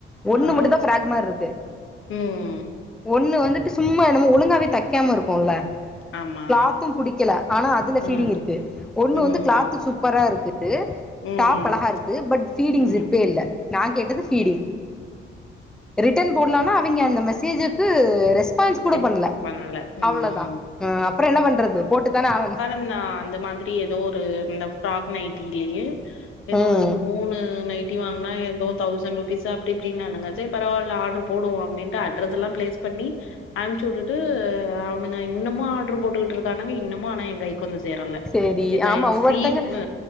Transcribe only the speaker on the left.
ஆ
ம்
ஆமா
ஆ
ம்
ம்
ம்
ரிப்
ம்
ன்னா அந்த மாதிரி ஏதோ ஒரு இந்த ஃப்ராக் நைட்டிலயே எதோ
மூணு நைட் டி வாங்கனா எதோ தௌசண்ட் ருபீஸு அப்டீப்டீனானுங்க செரி பரவால்ல ஆட்ரு போடுவோ அப்டீன்டு அ வரதெல்லா பிளேஸ் பண்ணி அம்ச்சு வுட்டுட்டு இது அவனுங்க இன்னுமு ஆர்டுரு போட்டுகுட்ருக்கானுங்க இன்னமு ஆனா எ கைக்கு வந்து சேரல
இதாயிட்ச்சு
சி வ